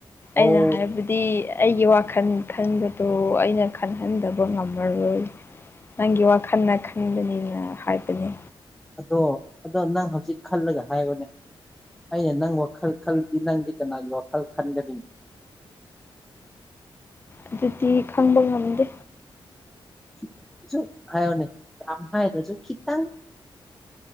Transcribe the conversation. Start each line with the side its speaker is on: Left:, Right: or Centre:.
Centre: ꯑꯣ
Left: ꯑꯩꯅ ꯍꯥꯏꯕ ꯗꯤ ꯑꯩꯒꯤ ꯋꯥꯈꯜ ꯈꯟꯕꯗꯣ ꯑꯩꯅ ꯈꯟꯍꯟꯗꯕ ꯉꯝꯃꯔꯣꯏ꯫ ꯅꯪꯒꯤ ꯋꯥꯈꯜꯅ ꯈꯟꯕꯅꯤꯅ ꯍꯥꯏꯕꯅꯦ꯫
Centre: ꯑꯗꯣ ꯑꯗꯣ ꯅꯪ ꯍꯧꯖꯤꯛ ꯈꯜꯂꯒ ꯍꯥꯏꯑꯣꯅꯦ꯫ ꯑꯩꯅ ꯅꯪ ꯋꯥꯈꯜ ꯈꯜꯗꯤ ꯅꯪꯗꯤ ꯀꯅꯥꯒꯤ ꯋꯥꯈꯜ ꯈꯟꯒꯅꯤ꯫
Left: ꯑꯗꯨꯗꯤ ꯈꯪꯕ ꯉꯝꯗꯦ꯫
Centre: ꯁꯨꯛ ꯁꯨꯛ ꯍꯥꯏꯑꯣꯅꯦ ꯂꯝ ꯍꯥꯏꯗ꯭ꯔꯁꯨ ꯈꯤꯇꯪ꯫